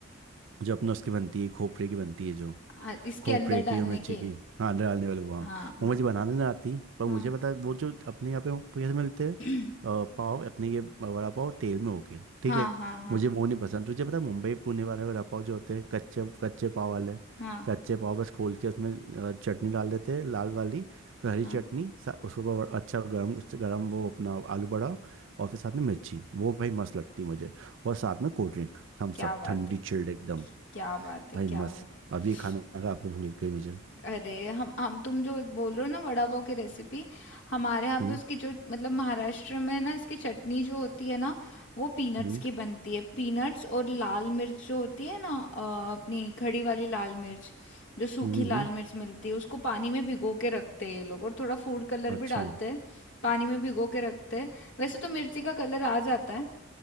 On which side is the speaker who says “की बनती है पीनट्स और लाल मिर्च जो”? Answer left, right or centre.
Left